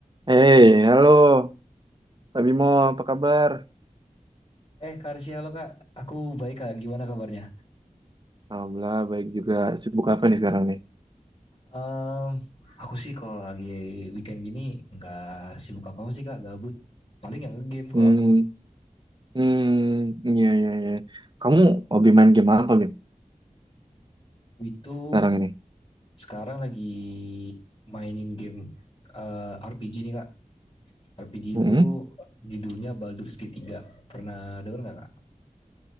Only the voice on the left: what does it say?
Eh, Karsia, lo Kak. Aku baik, Kak. Gimana kabarnya?
Em, aku sih kalau lagi weekend gini nggak sibuk apa-apa sih, Kak. Gabut. Paling nggak nge-game kalau
aku.
Itu
sekarang lagi mainin game eh, RPG nih, Kak. RPG
itu judulnya Baldur's Gate tiga Pernah denger nggak, Kak?